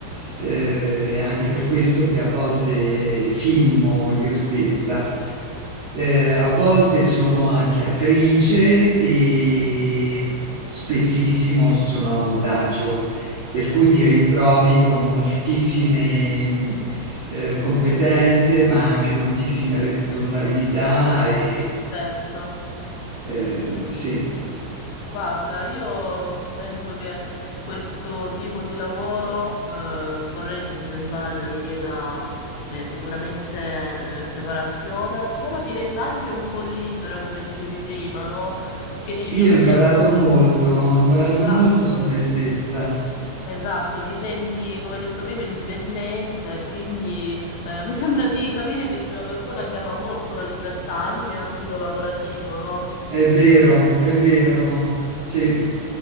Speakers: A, on the right; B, on the left.
A: eh, è anche per questo che a volte filmo io stessa. Eh, a volte sono anche attrice e spessissimo sono al montaggio, per
B: Eh,
A: cui ti ritrovi con moltissime mh, eh, competenze, ma anche moltissime responsabilità e
B: certo.
A: eh, sì.
B: Guarda, io penso che questo tipo di lavoro, eh, correggimi se sbaglio, richieda eh, sicuramente eh, preparazione, però ti renda anche un po' libera, come dicevi prima, no? Perché dici
A: Io
B: io mi
A: ho imparato
B: sento...
A: molto, ho imparato
B: Esatto,
A: molto su me stessa,
B: esatto, ti senti, come hai detto prima, indipendente, quindi eh, mi <laughs> sembra di capire che sei una persona che ama molto la libertà anche in ambito lavorativo, no?
A: è vero, è vero, sì.